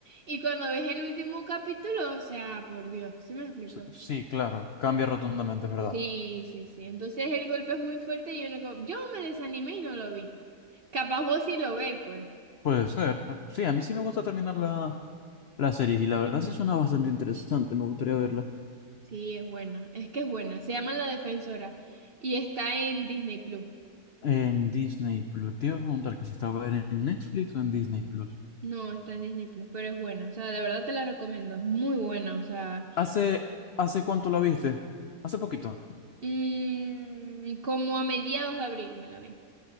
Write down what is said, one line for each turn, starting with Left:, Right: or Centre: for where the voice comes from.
Right: y cuando ves el último capítulo, o sea, por Dios, ¿sí me explico?
Left: S- Sí, claro, cambia rotundamente, es verdad.
Right: Sí, sí, sí. Entonces el golpe es muy fuerte y yo no... co- Yo me desanimé y no lo vi. Capaz vos sí lo veis, pues.
Left: Puede ser. Sí, a mí sí me gusta terminar la, la serie y la verdad sí suena bastante interesante, me gustaría verla.
Right: Sí, es buena. Es que es buena. Se llama La Defensora y está en Disney Plus.
Left: En Disney Plus. Te iba a preguntar que si estaba en Netflix o en Disney Plus.
Right: No, está en Disney Plus, pero es buena. O sea, de verdad te la recomiendo. Es muy buena. O sea,
Left: ¿Hace, hace cuánto la viste? Hace poquito.
Right: mm, como a mediados de abril me la vi.